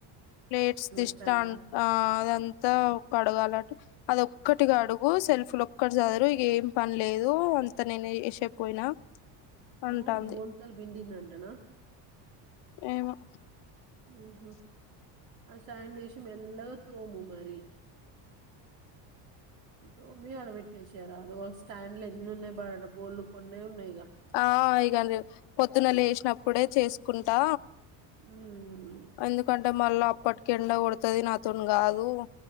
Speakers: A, on the left; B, on the right.
A: ప్లేట్స్ దిష్ట
B: స్టాండా
A: ఆ అదంతా కడగాలంటటు అది ఒక్కటిగా అడుగు సెల్ఫీలు ఒక్కటి చదరు ఇ ఏం పని లేదు అంత నేను చేసేపోయినా
B: ఆ
A: అంటాంది
B: బొంతల్ బిడిందంటనా
A: ఏమో
B: ఆహా ఆసాయం దేశం ఎల్ తోము మరి దోమి అడబట్టేేశారా అద స్టాండ్ లో ఎన్ని ఉన్నాయి బడ బోల్లు కొన్ని ఉన్నాయి గా
A: ఆ ఇగన్ీ పొద్దున లేసి ప్పుడే చేసుకుంటా
B: ఉమ్
A: ఎందుకంటే మళ్ళీ అప్పటి ఎండ కొడతది నాతోని కాదు